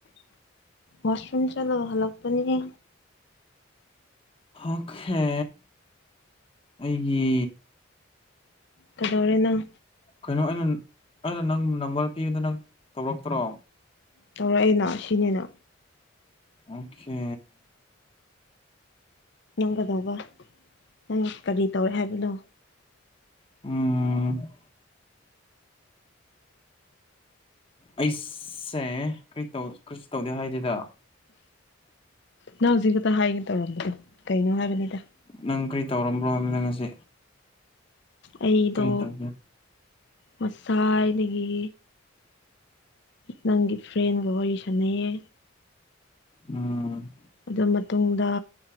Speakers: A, on the left (about 55°); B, on the left (about 25°).
A: ꯋꯥꯁꯔꯨꯝꯝ ꯆꯠꯂꯒ ꯍꯥꯜꯂꯛꯄꯅꯦ
B: ꯑꯣꯀꯦ ꯑꯩꯒꯤ
A: ꯀꯩꯗꯧꯔꯦ ꯅꯪ
B: ꯀꯩꯅꯣ ꯑꯩꯅ ꯑꯩꯅ ꯅꯪ ꯅꯝꯕꯔ ꯄꯤꯕꯗꯣ ꯅꯪ ꯇꯧꯔꯛꯇ꯭ꯔꯣ
A: ꯇꯧꯔꯛꯑꯦꯅ ꯁꯤꯅꯤꯅ
B: ꯑꯣꯀꯦ
A: ꯅꯪ ꯀꯩꯗꯧꯕ ꯅꯪ ꯀꯔꯤ ꯇꯧꯔꯦ ꯍꯥꯏꯕꯅꯣ
B: ꯑꯝ ꯑꯩꯁꯦ ꯀꯔꯤ ꯀꯔꯤ ꯇꯧꯗꯦ ꯍꯥꯏꯗꯦꯗ
A: ꯅꯪ ꯍꯧꯖꯤꯛ ꯈꯛꯇ ꯍꯥꯏꯒꯦ ꯇꯧꯔꯝꯕꯗꯣ ꯀꯩꯅꯣ ꯍꯥꯏꯕꯅꯤꯗ
B: ꯅꯪ ꯀꯔꯤ ꯇꯧꯔꯝꯕ꯭ꯔꯣ ꯍꯥꯏꯕꯅꯤꯗ ꯉꯁꯤ
A: ꯑꯩꯗꯣ
B: ꯀꯔꯤ ꯇꯧꯒꯦ
A: ꯉꯁꯥꯥꯏꯗꯒꯤ ꯅꯪꯒꯤ ꯐ꯭ꯔꯦꯟꯒ ꯋꯥꯔꯤ ꯁꯥꯟꯅꯩꯌꯦ
B: ꯎꯝ
A: ꯑꯗꯨ ꯃꯇꯨꯡꯗ